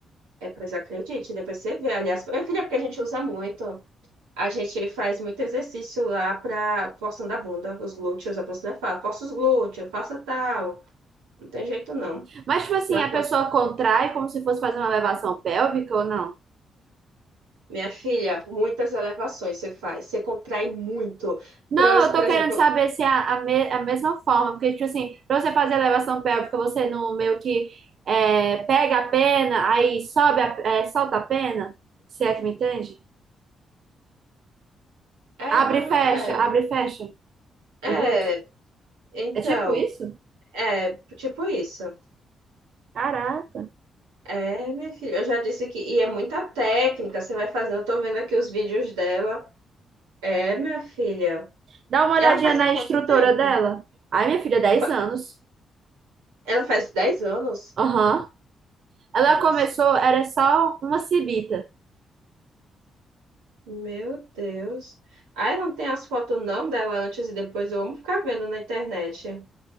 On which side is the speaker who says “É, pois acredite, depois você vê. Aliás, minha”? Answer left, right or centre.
Right